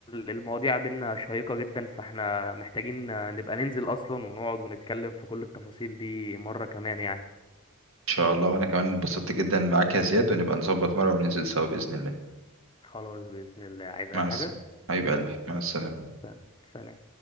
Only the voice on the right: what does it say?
شاء الله وانا كمان اتبسطت جدا معاك يا زياد ونبقى نظبط مره وننزل سوا باذن الله
مع
الس... حبيب قلبي مع السلامه